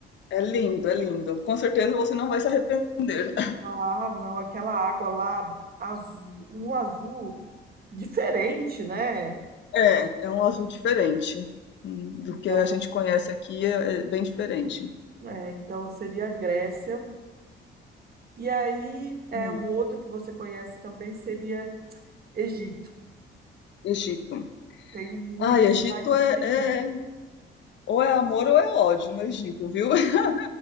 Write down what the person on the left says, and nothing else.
é lindo, é lindo. Com certeza você não vai se arrepender.
É, é um azul diferente hum, do
que a gente conhece aqui, é, é bem diferente.
Hum.
Egito.
Ai, Egito
é,
é- ou é amor ou é ódio no Egito, viu? <laughs>